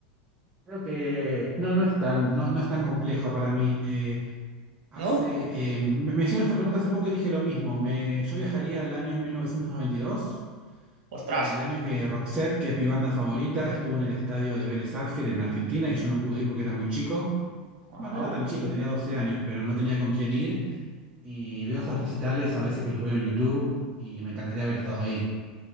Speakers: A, on the right; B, on the right.
A: Creo que no, no es tan, no, no es tan complejo para mí. Eh, Hace,
B: ¿No?
A: eh, me, me hicieron esta pregunta hace poco y dije lo mismo. Me, yo viajaría al año 1992,
B: Ostras.
A: el año que Roxette, que es mi banda favorita, estuvo en el estadio de Vélez Sarsfield en Argentina y yo no pude ir porque era muy chico. Bueno,
B: Ajá.
A: no era tan chico, tenía 12 años, pero no tenía con quién ir. Y veo esos recitales a veces que los veo en YouTube y me encantaría haber estado ahí.